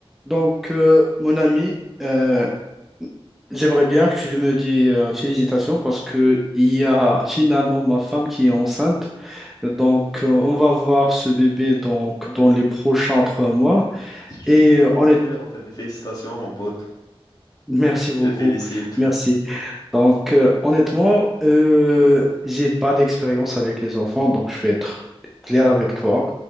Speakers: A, in the centre; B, on the left.
A: Donc, euh, mon ami, euh, j'aimerais bien que tu me dises euh, félicitations parce que il y a finalement ma femme qui est enceinte. Donc, euh, on va voir ce bébé donc, dans les prochains trois mois.
B: C'est
A: Et
B: une très
A: euh,
B: bonne
A: honnêt-
B: nouvelle, en fait. Mais félicitations, mon pote.
A: merci beaucoup.
B: Je te félicite.
A: Merci. Donc, euh, honnêtement, euh, j'ai pas d'expérience avec les enfants, donc je vais être clair avec toi.